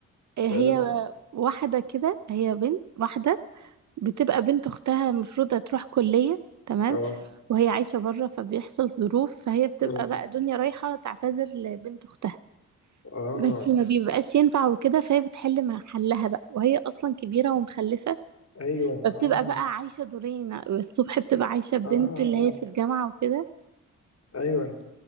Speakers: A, on the right; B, on the left.
A: آه،
B: لان
A: هي
B: انا
A: واحدة كده هي بنت واحدة بتبقى بنت أختها المفروض هتروح كلية تمام
B: اه
A: وهي عايشة بره فبيحصل ظروف فهي بتبقى
B: مم.
A: بقى دنيا رايحة تعتذر لبنت أختها
B: اه
A: بس ما بيبقاش ينفع وكده فهي بتحل مع حلها بقى وهي أصلا كبيرة ومخلفة
B: ايوه
A: فبتبقى
B: اه
A: بقى عايشة دورين الصبح بتبقى عايشة بنت
B: اه
A: اللي
B: اه
A: هي في الجامعة وكده
B: ايوه